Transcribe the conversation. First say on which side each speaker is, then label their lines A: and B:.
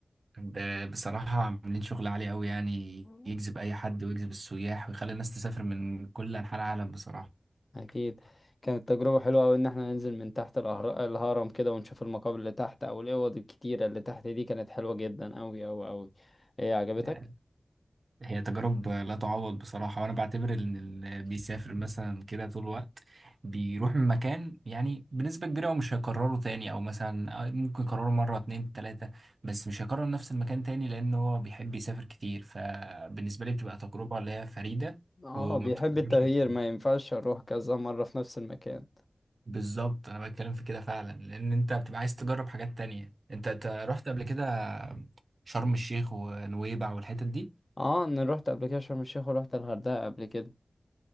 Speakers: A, on the right; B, on the left.
A: ب- بصراحة عاملين شغل عالي أوي يعني
B: مم.
A: يجذب أي حد ويجذب السياح ويخلي الناس تسافر من كل أنحاء العالم بصراحة
B: أكيد كانت تجربة حلوة أوي إن احنا ننزل من تحت الأهر- الهرم كده ونشوف المقابر اللي تحت أو الأوض الكتيرة اللي تحت دي كانت حلوة جدا أوي أوي أوي إيه عجبتك؟
A: آه، هي تجارب لا تعوض بصراحة وأنا بعتبر إن اللي بيسافر مثلا كده طول الوقت بيروح من مكان يعني بنسبة كبيرة هو مش هيكرره تاني أو مثلا آه، ممكن يكرره مرة اتنين تلاتة بس مش هيكرر نفس المكان تاني لأن هو بيحب يسافر كتير فبالنسبة لي بتبقى تجربة اللي هي فريدة
B: اه
A: وما
B: بيحب
A: بتتكررش
B: التغيير
A: كتير
B: ما ينفعش أروح كذا مرة في نفس المكان
A: بالظبط انا بتكلم في كده فعلا لان انت بتبقى عايز تجرب حاجات تانية انت ت- رحت قبل كده شرم الشيخ ونويبع والحتت دي
B: اه أنا روحت قبل كده شرم الشيخ وروحت الغردقة قبل كده